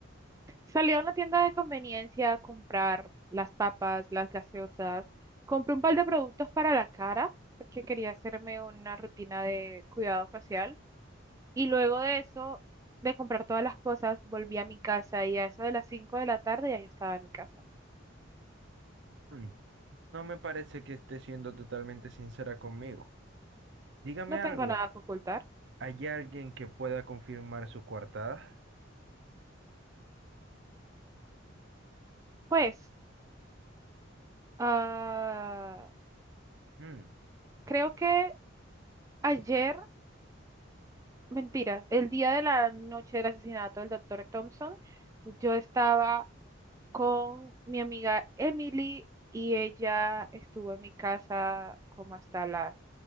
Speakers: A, on the right; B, on the right.
A: Salí a una tienda de conveniencia a comprar las papas, las gaseosas. Compré un par de productos para la cara porque quería hacerme una rutina de cuidado facial. Y luego de eso, de comprar todas las cosas, volví a mi casa y a eso de las 5 de la tarde ya yo estaba en mi casa.
B: Mm, No me parece que esté siendo totalmente sincera conmigo. Dígame
A: No tengo
B: algo.
A: nada que ocultar.
B: ¿Hay alguien que pueda confirmar su coartada?
A: Pues, ah,
B: Mm,
A: creo que ayer, mentiras, el día de la noche del asesinato del doctor Thompson, yo estaba con mi amiga Emily y ella estuvo en mi casa como hasta las